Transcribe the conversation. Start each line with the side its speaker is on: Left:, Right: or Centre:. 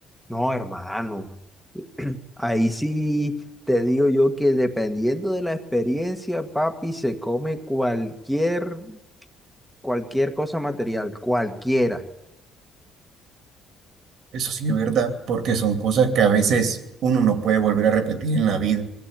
Centre: No, hermano, ahí sí te digo yo que dependiendo de la experiencia, papi, se come cualquier, cualquier cosa material, cualquiera.
Right: eso sí es verdad, porque son cosas que a veces uno no puede volver a repetir en la vida.